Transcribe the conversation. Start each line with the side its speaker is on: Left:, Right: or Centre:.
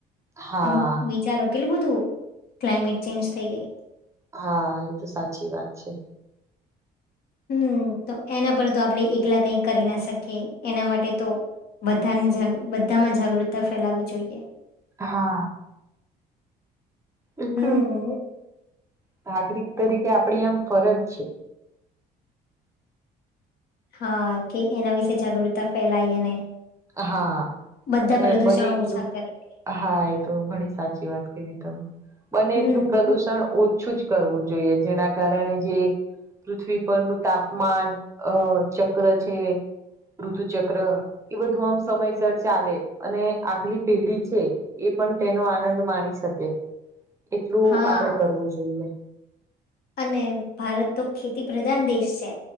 Right: હા
Left: અમુક વિચારો કેલું બધું ક્લાઇમેટ ચેન્જ થઈ ગઈ
Right: હા એ તો સાચી વાત છે
Left: હમ તો એના પર તો આપણે એકલા કઈક કરી ના શકીએ એના માટે તો બધાની બધામાં જાગૃતતા ફેલાવી જોઈએ
Right: હા. એક
Left: હમ
Right: નાગરિક તરીકે આપડી આમ ફરજ છે.
Left: હા કે એના વિશે જાગૃતતા ફેલાઈ અને
Right: હા
Left: બધા
Right: અને
Left: પ્રદુષણો
Right: બને એટલું
Left: ઓછા કરીએ
Right: હા એ તો ઘણી સાચી વાત કધી તમે બને
Left: હમ
Right: એટલું પ્રદુષણ ઓછું જ કરવું જોઈએ જેના કારણે જે પૃથ્વી પરનું તાપમાન અ ચક્ર છે ઋતુ ચક્ર એ બધું આમ સમયસર ચાલે અને આગલી પેઢી છે એ પણ તેનો આનંદ માણી શકે એટલું
Left: હા
Right: આપડે કરવું જોઈએ.
Left: અને ભારત તો ખેતી પ્રધાન દેશ છે.